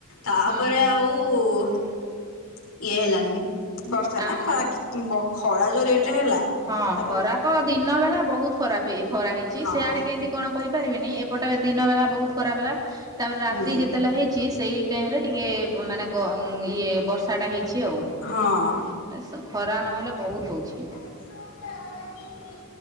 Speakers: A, on the left; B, on the right.
A: ତାପରେ
B: ହୁଁ
A: ଆଉ ଇଏ ହେଲାନି। ଆଛା ନା
B: ଆମ
A: ଖରା ବ ଖରା ଯୋଉ ରେଟରେ ହେଲା
B: ହଁ
A: ତାପରେ
B: ଖରା ତ ଦିନ ବେଲା ବହୁତ ଖରାପ ଖରା ହେଇଛି
A: ହଁ
B: ସେଆଡେ କେମତି କଣ କହିପାରିବିନି ଏପଟେ ଦିନ ବେଳା ବହୁତ ଖରାପ ହେଲା। ତାପରେ ରାତି
A: ହୁଁ
B: ଯେତେବେଳେ ହେଇଛି ସେଇ ଟାଇମ ରେ ଟିକେ ମାନେ ଗ ଇଏ ବର ବର୍ଷାଟା ହେଇଛି ଆଉ
A: ହଁ
B: ସ ଖରା ନହେଲେ ବହୁତ ହଉଛି।
A: <inaudible>